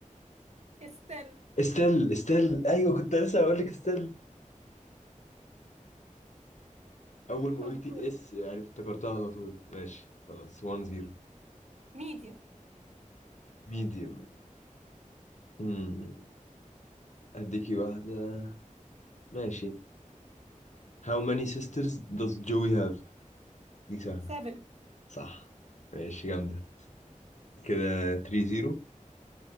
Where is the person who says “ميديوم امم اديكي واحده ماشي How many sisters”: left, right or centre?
Left